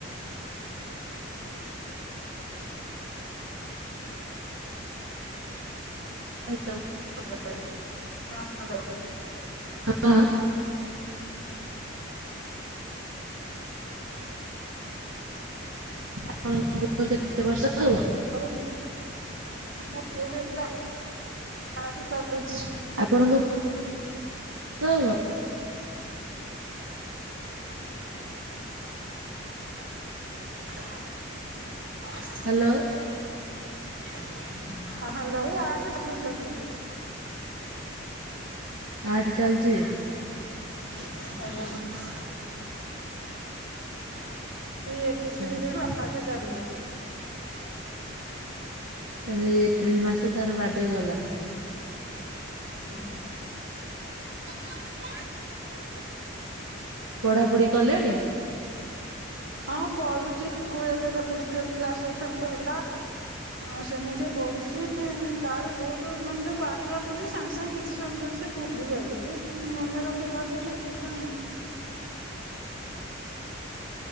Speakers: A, on the right (about 80°); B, on the right (about 75°).
A: ହ୍ୟାଲୋ
B: ହଁ ହ୍ୟାଲୋ।
A: ହଁ। ଆପଣଙ୍କ ପୁଅକୁ କେତେ ବର୍ଷ। ହବ
B: ହଉ ମୋ ପୁଅ କୁ ଏବେ ଆଠେ ଚାଲୁଛି।
A: ଆପଣଙ୍କ। ଚଳିବ।
B: <inaudible>
A: ହ୍ୟାଲୋ।
B: ହଁ ହ୍ୟାଲୋ ଏ ଆଠ ଚାଲୁଛି ଆକୁବା।
A: ଆଠ ଚାଲଚି।
B: ଆଜ୍ଞା। ଏପ୍ରିଲ
A: ଆଚ୍ଛା ଆଚ୍ଛା
B: ନୁ ଆଠା ଚାଲୁଥିଲା <unintelligible>
A: ତାହେଲେ ଏପ୍ରିଲ ମାସ ତାର ବାର୍ଡେ ଗଲା।
B: ହଁ <unintelligible> ଯାଇଥିଲି <unintelligible>
A: ପଢା ପଢି କଲେଣି?
B: ହଁ ପଢୁଛି ସ୍କୁଲ ଏବେ ତା ତୃତୀୟ କ୍ଲାସ ଏଥର ତ ହେଲା ଆଉ ସେମିତି ପଢୁଛି, ତାର ବହୁତ ମାନେ ଯୋଉ ପାଠଟା ପଢୁଛି ସାଙ୍ଗେ ସାଙ୍ଗେ କିଛି ସମୟ ପରେ ସେ ଭୁଲି ଯାଉଛି, ଟିକେ ମନେ ରଖି ପାରୁନି ଛୋଟ ଛୁଆ।